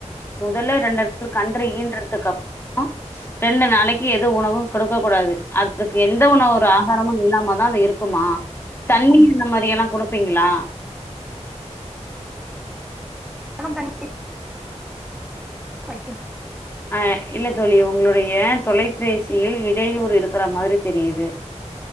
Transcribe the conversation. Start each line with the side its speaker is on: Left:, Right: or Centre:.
Left: முதல்ல ரெண்டு நாள் கன்று ஈன்றதுக்கு அப்புறம் ரெண்டு நாளைக்கு எது உணவும் கொடுக்க கூடாது அதுக்கு எந்த உணவு ஒரு ஆகாரமும் இல்லாமாதான் அது இருக்குமா தண்ணி அந்த மாரி எல்லாம் கொடுப்பீங்களா
Centre: பணம் தண்ணி <unintelligible>
Left: ஆ இல்ல தோழி உங்களுடைய தொலைபேசியில் இடையூறு இருக்கிற மாதிரி தெரியுது